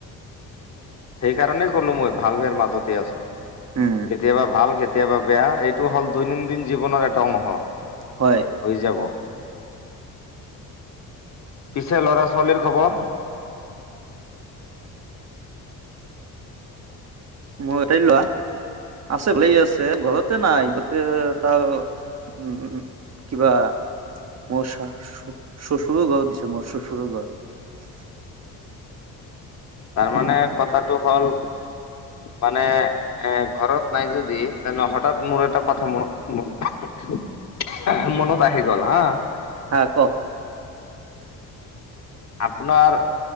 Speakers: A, on the left (about 50°); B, on the right (about 45°).
A: সেইকাৰণেই কলো মই ভাল বেয়াৰ মাজতে আছোঁ।
B: উম
A: কেতিয়াবা ভাল, কেতিয়াবা বেয়া, এইটো হ'ল দৈনন্দিন জীৱনৰ এটা অংশ।
B: হয়
A: হৈ যাব। পিছে ল'ৰা ছোৱালীৰ খবৰ?
B: মোৰ এটাই ল'ৰা। আছে, ভালে আছে, ঘৰতে নাই ই গতে তাৰ উম কিবা, মোৰ চা শ্বশুৰৰ ঘৰত গিছে, মোৰ শ্বশুৰৰ ঘৰত।
A: তাৰমানে কথাটো হ'ল মানে এ ঘৰত নাই যদি তেনে হঠাৎ মোৰ এটা কথা মনত মনত আহি গ'ল হা।
B: হা কওক
A: আপোনাৰ